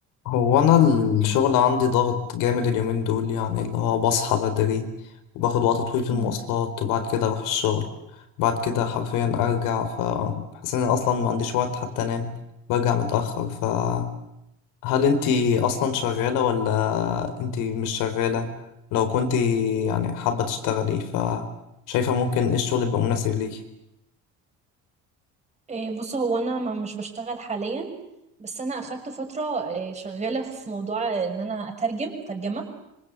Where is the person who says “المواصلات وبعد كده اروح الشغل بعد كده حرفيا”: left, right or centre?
Left